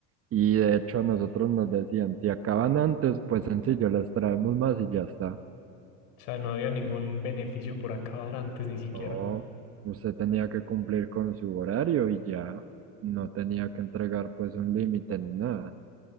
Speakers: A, on the right; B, on the left.
A: Y de hecho a nosotros nos decían, si acaban antes, pues sencillo, les traemos más y ya está.
B: O sea, no había ningún beneficio por acabar antes ni siquiera.
A: No, usted tenía que cumplir con su horario y ya no tenía que entregar pues un límite ni nada.